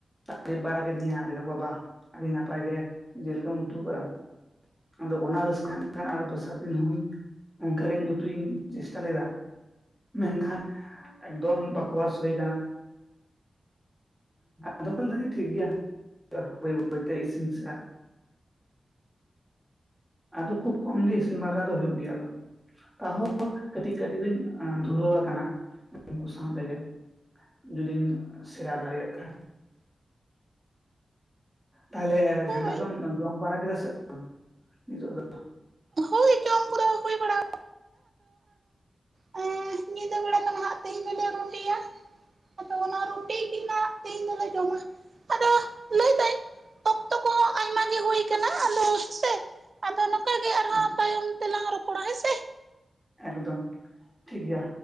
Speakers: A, in the centre; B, on the right.
A: ᱴᱟᱭᱤᱯ ᱵᱟᱲᱟ ᱠᱮᱫᱤᱧᱟ ᱞᱟᱹᱭ ᱫᱟᱠᱚ ᱵᱟ ᱟᱹᱰᱤ ᱱᱟᱯᱟᱭ ᱜᱮ ᱡᱮᱞᱠᱚᱢ ᱩᱛᱩᱣ ᱠᱟᱫᱟ᱾ ᱟᱫᱚ ᱚᱱᱟ ᱨᱟᱹᱥᱠᱟᱹ ᱦᱟᱸᱜ ᱠᱷᱟᱱ ᱫᱚᱥᱟᱨ ᱫᱤᱱ ᱦᱚᱸᱧ ᱚᱝᱠᱟᱜ ᱜᱮᱧ ᱩᱛᱩᱧ ᱪᱮᱥᱴᱟ ᱞᱮᱫᱟ᱾ ᱢᱮᱱᱠᱷᱟᱱ ᱮᱠᱫᱚᱢ ᱵᱟᱠᱚᱣᱟᱥ ᱦᱩᱭ ᱠᱟᱱᱟ᱾ ᱟᱫᱚᱠᱚ ᱞᱟᱹᱭ ᱫᱟ ᱴᱷᱤᱠ ᱜᱮᱭᱟ ᱵᱟᱹᱭ ᱵᱟᱹᱭ ᱵᱟᱹᱭᱛᱮ ᱤᱥᱤᱱ ᱥᱮᱲᱟ ᱟᱫᱚ ᱠᱷᱩᱵ ᱠᱚᱢ ᱜᱮ ᱤᱥᱤᱱ ᱵᱟᱥᱟ ᱫᱚ ᱦᱳᱭᱳᱜ ᱜᱮᱭᱟ ᱟᱫᱚ᱾ ᱛᱟᱦᱚᱸ ᱠᱟᱹᱴᱤᱡ ᱠᱟᱹᱴᱤᱡ ᱫᱚᱧ ᱫᱷᱩᱨᱟᱹᱣ ᱠᱟᱱᱟ ᱩᱝᱠᱩ ᱥᱟᱶ ᱛᱮᱜᱮ᱾ ᱡᱩᱫᱤᱧ ᱥᱮᱬᱟ ᱫᱟᱲᱮᱭᱟᱜ ᱠᱷᱟᱱ᱾ ᱛᱟᱦᱞᱮ
B: ᱦᱳᱭ
A: ᱡᱟᱦᱱᱟᱜ ᱫᱚᱢ ᱡᱚᱢ ᱵᱟᱲᱟ ᱠᱮᱫᱟ ᱥᱮ ᱵᱟᱝ ᱱᱤᱛᱚᱜ ᱫᱚ? <inaudible>
B: ᱦᱳᱭ ᱡᱚᱢ ᱠᱚᱫᱚ ᱦᱩᱭ ᱵᱟᱲᱟ ᱮᱸ ᱧᱤᱫᱟᱹ ᱵᱮᱲᱟ ᱫᱚ ᱱᱟᱦᱟᱜ ᱛᱮᱦᱮᱧ ᱫᱚᱞᱮ ᱨᱩᱴᱤᱭᱟ ᱟᱫᱚ ᱚᱱᱟ ᱨᱩᱴᱤ ᱜᱮᱱᱟᱜ ᱛᱮᱦᱮᱧ ᱫᱚᱞᱮ ᱡᱚᱢᱟ ᱟᱫᱚ ᱞᱟᱹᱭ ᱚᱠᱛᱚ ᱠᱚᱦᱚᱸ ᱟᱭᱢᱟ ᱜᱮ ᱦᱩᱭ ᱠᱟᱱᱟ ᱟᱫᱚ ᱦᱮᱸᱥᱮ ᱟᱫᱚ ᱱᱚᱝᱠᱟ
A: ᱟᱪᱷᱟ
B: ᱫᱮᱟᱝᱞ ᱨᱚᱯᱚᱲᱟ ᱦᱮᱸ ᱥᱮ᱾
A: ᱮᱠᱫᱚᱢ ᱴᱷᱤᱠ ᱜᱮᱭᱟ᱾